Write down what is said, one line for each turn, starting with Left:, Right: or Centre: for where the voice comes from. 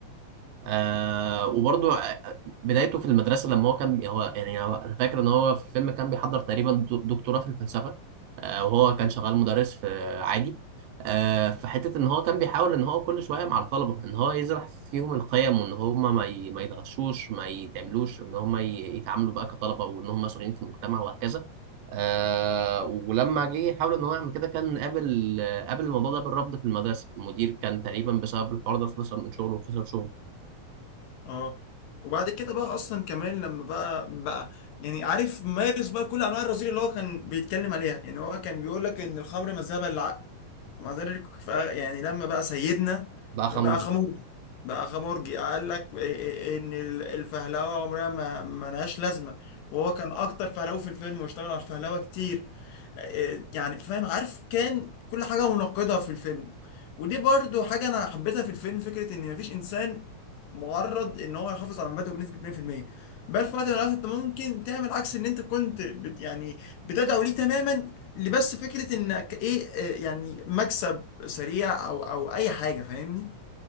Right: آه وبرضه بدايته في المدرسة لما هو كان هو يعني هو أنا فاكر إن هاه في الفيلم كان بيحضر تقريبا دو- دكتوراه في الفلسفة آه وهو كان شغال مدرس في عادي آه في حتة إن هو كان بيحاول إن هو كل شوية مع الطلبة إن هو يزرع فيهم القيم وإن هما ما ي- ما يتغشوش ما يتعملوش إن هما ي- يتعاملوا بقى كطلبة وإن هما مسؤولين في المجتمع وهكذا آه ولما جه يحاول ان هو يعمل كده كان قابل قابل الموضوع ده بالرفض في المدرسه المدير كان تقريبا بسبب الحوار ده خسر من شغله وخسر شغله
Left: اه وبعد كده بقى اصلا كمان لما بقى بقى يعني عارف مارس بقى كل انواع الرذيله اللي هو كان بيتكلم عليها يعني هو كان بيقول لك ان الخمر مذهبة للعقل ومع ذلك ف- يعني لما بقى سيدنا
Right: بقى
Left: بقى
Right: خمر
Left: خمورجي بقى خمورجي قال لك إيه- إيه- إيه، ان ال- الفهلوه عمرها ما ما لهاش لازمه وهو كان اكتر فهلوه في الفيلم واشتغل على الفهلوه كتير إيه، يعني فاهم عارف كان كل حاجه منقضه في الفيلم ودي برضو حاجه انا حبيتها في الفيلم فكره ان مفيش انسان معرض ان هو يحافظ على مبادئه بنسبه 100% بل في وقت من الاوقات انت ممكن تعمل عكس ان انت كنت بت يعني بتدعو ليه تماما اللي بس فكرة انك ايه آه، يعني مكسب سريع او او اي حاجة فاهمني